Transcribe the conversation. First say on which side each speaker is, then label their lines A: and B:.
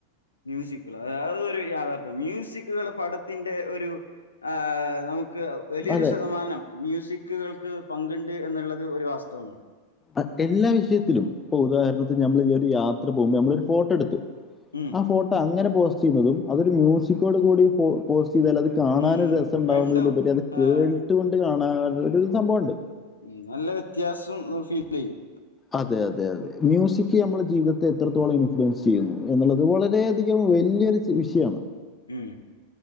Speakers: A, on the left; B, on the left.
A: മ്യൂസിക്കുകൾ അ അതൊരു യാഥാർഥ്യം മ്യൂസിക്കുകൾ പടത്തിന്റെ ഒരു ആഹ് നമുക്ക് വലിയൊരു
B: അതെ
A: ശതമാനം. മ്യൂസിക്കുകൾക്ക് പങ്കുണ്ട് എന്നുള്ളത് ഒരു വാസ്തവമാണ്
B: അ എല്ലാ വിഷയത്തിലും ഇപ്പൊ ഉദാഹരണത്തിന് ഞമ്മൾ ഒരു യാത്ര പോകുമ്പോ ഞമ്മള ഒരു ഫോട്ടോ ഇട്ത്തു
A: ഉം.
B: ആ ഫോട്ട അങ്ങനെ പോസ്റ്റ് ചെയ്യുന്നതും അതൊരു മ്യൂസിക്കോട് കൂടി പോ പോസ്റ്റ് ചെയ്താൽ അത്. കാണാൻ
A: ഉം
B: ഒരു രസമുണ്ടാവുന്നതിലുപരി
A: രണ്ടും
B: അത് കേട്ട്
A: ആ
B: കൊണ്ട് കാണാൻ ഒരു സംഭവണ്ട്
A: ഉം നല്ല വെത്യാസം ഫീൽ ചെയ്യും
B: അതെ അതെ അതെ മ്യൂസിക് ഞമ്മളെ ജീവിതത്തെ എത്രത്തോളം ഇൻഫ്ലുവൻസ് ചെയ്യുന്നു എന്നുള്ളത് വളരെയധികം വലില്ല്യരു വിഷയാണ്.
A: ഉം.